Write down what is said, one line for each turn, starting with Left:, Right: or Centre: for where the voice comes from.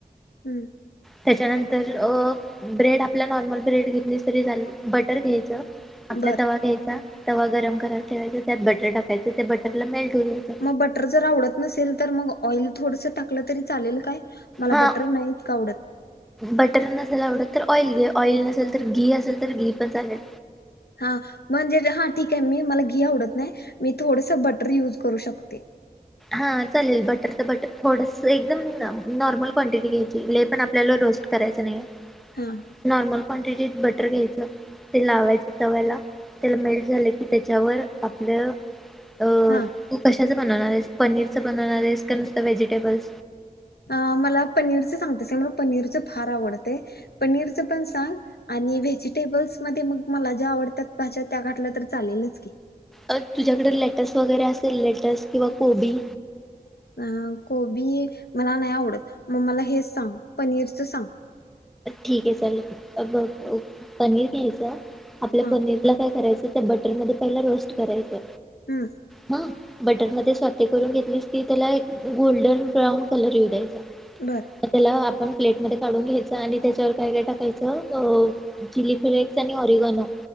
Left: हम्म
Centre: त्याच्यानंतर अ ब्रेड आपला नॉर्मल ब्रेड घेतलीस तरी झाल बटर घ्यायचं आपला
Left: बर.
Centre: तवा घ्यायचा तवा गरम करायला ठेवायचा. त्यात बटर टाकायचं, त्या बटरला मेल्ट होऊ द्यायचं.
Left: म बटर जर आवडत नसेल तर मग ऑइल थोडस टाकलं तरी चालेल काय? मला
Centre: हा
Left: बटर नाही इतक आवडत.
Centre: बटर नसेल आवडत तर ऑइल घे. ऑइल नसेल तर घी असेल तर घी पण चालेल.
Left: हा म्हणजे हा ठीके मी मला घी आवडत नाही मी थोडसं बटर युज करू शकते.
Centre: हा चालेल बटर त बटर थोडस एकदम नॉर्मल क्वांटिटी घ्यायची लइ पण आप आपल्याला रोस्ट करायचं नईये.
Left: हा.
Centre: नॉर्मल क्वांटिटीत बटर घ्यायचं. ते लावायच तव्याला तेल मेल्ट झालं की त्येच्यावर आपलं अ
Left: हां.
Centre: तू कशाचं बनवणारयस पनीरच बनवणारयस का नुसत व्हेजिटेबल्स.
Left: अं मला पनीरचं सांगतेस मला पनीरचं फार आवडतंय. पनीरचं पण सांग, आणि व्हेजिटेबल्स मध्ये मग मला ज्या आवडत्यात भाज्या त्या घाटल्या तर चालेलच की
Centre: अ तुझ्याकडे लेटस वगैरे असेल लेटस किंवा कोबी
Left: अं कोबी मला नाय आवडत मग मला हेच सांग पनीरचं सांग.
Centre: ठीके चालेल अबग अ पनीर घ्यायचं आपल्या
Left: हा
Centre: पनीरला काय करायचं. <unintelligible> बटर मध्ये पहिला रोस्ट करायचं.
Left: हम्म.
Centre: हा बटर मध्ये स्वाते करून घेतलीस कि त्याला एक गोल्डन ब्राऊन कलर येऊ द्यायचा.
Left: बरं.
Centre: <unintelligible> त्याला आपण प्लेटमध्ये काढून घ्यायच आणि त्याच्यावर काय काय टाकायचं अं चिली फ्लेक्स आणि ओरिगोनो